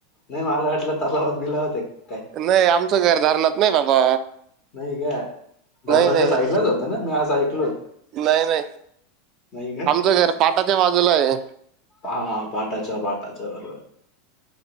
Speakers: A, on the left; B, on the right.
A: नाही मला वाटलं तलावात बिलावात एक काय
B: नाही आमचं घर धरणात नाही बाबा
A: नाही काय धरणाच्या
B: नाही नाही
A: साईडलाच होतं ना मी आज ऐकलोच
B: नाही नाही
A: नाही
B: आमचं घर पाटाच्या बाजूला आहे
A: हा पाटाचा, पाटाचा बरोबर